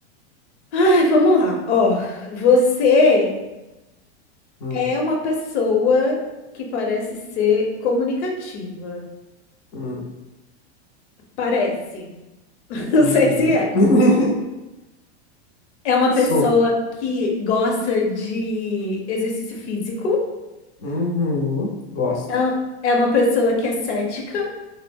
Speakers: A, on the left; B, on the left.
A: Ai, vamos lá. Ó, você
B: Hum,
A: É uma pessoa que parece ser comunicativa.
B: hum,
A: Parece. <laughs> Não
B: uhum.
A: sei se é.
B: <laughs>
A: É uma pessoa
B: Sou.
A: que gosta de exercício físico.
B: Uhum. Gosto.
A: É é uma pessoa que é cética